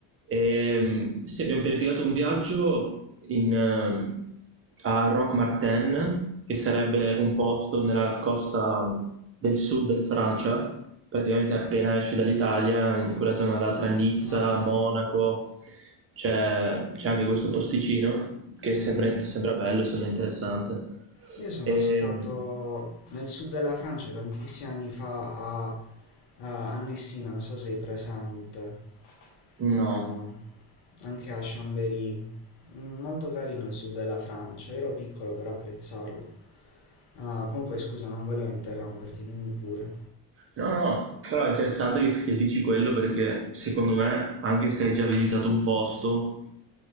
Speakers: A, on the right; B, on the left.
A: E, mm, sì, abbiamo pianificato un viaggio in, eh, a Roque Martin, che sarebbe un posto nella costa del sud del Francia, praticamente appena esci dall'Italia, in quella zona là tra Nizza,
B: No.
A: Monaco, c'è c'è anche questo posticino che sembra,
B: Mm, mm.
A: sembra bello, sembra interessante.
B: Io sono
A: E,
B: stato nel sud della Francia tantissimi anni fa a, a- a Messina, non so se sei presente,
A: no.
B: a- anche a Chambéry. Mm, Molto carino il sud della Francia, ero piccolo per apprezzarlo. Ah, comunque scusa, non volevo interromperti, dimmi pure.
A: No, no, però è interessante che, che dici quello perché secondo me, anche se hai già visitato un posto,